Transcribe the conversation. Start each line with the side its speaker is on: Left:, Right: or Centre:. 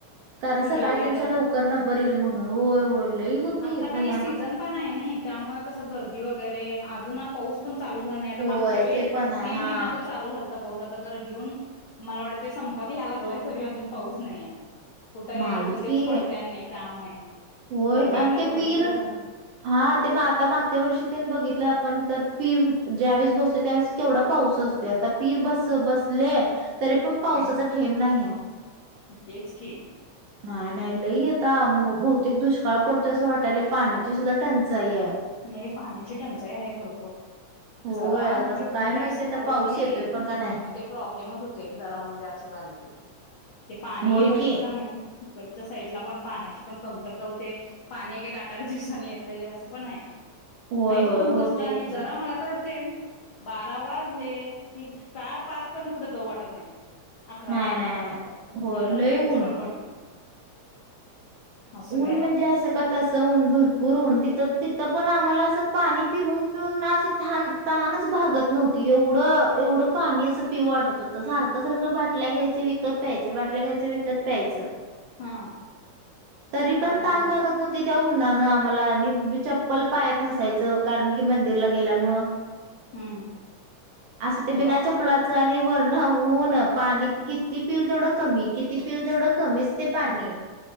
Right: कारण
Left: म्हणजे
Right: सकाळी
Left: एवढी
Right: त्यांचा लवकर नंबर येईल म्हण. होय होय. लई गर्दी
Left: आता
Right: भयानक
Left: का नाही सीझन पण आहे ना त्यामुळे कसं गर्दी वगैरे अजून पाऊस पण.. चाल झाता
Right: होय
Left: मागच्या वेळेस
Right: ते पण आहे
Left: मे
Right: हा
Left: महिन्यात चाल झालचा पाऊस आता ज जून.. मला वाटतते संपत याय लागलाय तरी अजून पाऊस नाहीय. कुठे
Right: नाहीच
Left: एक दोन दिवस
Right: की
Left: पडते नाही त्यामुळे.
Right: होय
Left: गरमी
Right: आणि
Left: पण
Right: ते
Left: भरपूर
Right: पीर
Left: झाली
Right: हा ते आता मागच्या वर्षी ते बघितलं आपण तर! पीर ज्यावेळेस बसतोय त्यावेळेस केवढा पाऊस असतोय आता पीर बस बसले.. तरी पण पावसाचा
Left: हं,
Right: ठेब नाही आहे.
Left: तेच की!
Right: नाही नाही लई आता बहुतेक दुष्काळ पडतोय असं वाटायला पाण्याची सुद्धा टंचाई आहे.
Left: म पाण्याची टंचाई आहे भरपूर..
Right: होय
Left: जरा
Right: आता
Left: म्हणजे ऊन
Right: काय
Left: जास्त
Right: माहिती
Left: झालं
Right: आता पाऊस
Left: ग नाइ
Right: येतोय पण का नाही
Left: मग ते प्रॉब्लेमच होतय जरा उन जास्त झालं की, ते पाणी
Right: होय
Left: बघितलं
Right: की
Left: नाही. च्या साईडला पण पाण्याची पण कमतरता होतेय, पाणी एक एक आठ आठ दिवसानी येतयं असं पण आहे.
Right: होय
Left: हायचं
Right: होय
Left: उन
Right: होतय
Left: तसल आणि
Right: की
Left: जरा मला तर वाट तेन बारा वाजले कि चार पाच पर्यंत कुठे जाऊ वाटत नाही. अकरा
Right: नाही
Left: बाराच्या
Right: नाही
Left: नंतर
Right: नाही होय
Left: घरातन
Right: लय
Left: बाहेरच
Right: ऊन
Left: पडू वाटत नाही. असं व्हायला
Right: ऊन म्हणजे
Left: लागले
Right: असं क तस ऊन भरपूर ऊन ति तिथं पण आम्हाला पाणी पिऊन पिऊन ना तान तहानंच भागत नव्हती एवढं एवढं पाणी असं पिऊ वाटत होत
Left: हा
Right: सारखं सारखं बाटल्या घ्यायचे विकत प्यायचं बाटल्या घ्यायच्या विकत प्यायचं.
Left: हा.
Right: तरी पण
Left: म्हणजे
Right: ताण भागत
Left: बा
Right: नव्हती त्या ऊ न्हानं आम्हाला आणि चप्पल पायात नसायचं कारण की मंदिरला गेल्यामुळं.
Left: हम्म
Right: अस ते
Left: बघा
Right: बिना
Left: बा
Right: चपलाचं आणि वर होऊ ना पाणी किती पिल तेवढं कमी किती पिल तेवढं कमीच ते पानी.